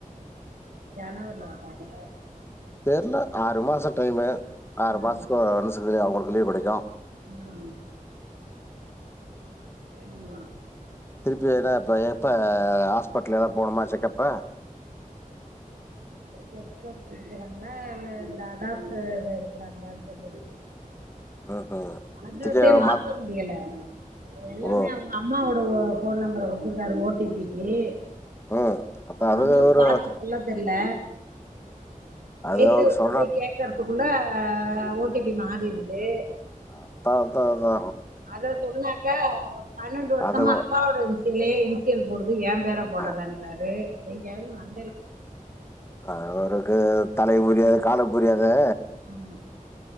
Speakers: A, on the right (about 75°); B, on the left (about 15°).
A: ஜனவரில வரானுங்க
B: தெர்ல ஆறு மாச டைமு ஆறு
A: ம்
B: மாசத்துக்கு ஒ ஓன்சுக்கு அவுங்களுக்கு லீவ் கெடைக்கு
A: ம் ம்
B: திருப்பி எதனா இப்போ எப்போ ஹாஸ்பிட்டல் ஏதான போனுமா செக்கப்பு
A: செக்கப்பு எடுக்கறாங்களா இல்ல இந்த அடாப்ட் இது எடுக்கறாங்களான்னு தெர்லைங்க
B: ம் ம் இப்போதைக்கு
A: அது அப்பயே மாத்த
B: மாத்
A: முடியல எல்லாமே
B: ஓ
A: அவுங்க அப் அம்மாவோட ஃபோன் நம்பர குடுத்திருக்காரு ஓ டி பி க்கி
B: ம் அதான்
A: அவுங்க
B: அது
A: அம்மாவுக்கு
B: ஒரு
A: பாத்து சொ சொல்ல தெர்ல
B: அது
A: எயித்த
B: அவர் சொன்னா
A: வீட்ல போய் கேக்க றதுக்குள்ள ஓ டி பி மாறிடுது
B: அதா அதா அதா
A: அத சொன்னாக்க பன்னெண்டு வருஷமா
B: அது ஒ-
A: அப்பாவோட புள்ளையே இன்சியல் போடுது ஏ பேர போடலன்றாரு
B: அ-
A: எங்கேயாவது மன
B: அது அவருக்கு தலையு புரியாது காலு புரியாதே
A: ஆமா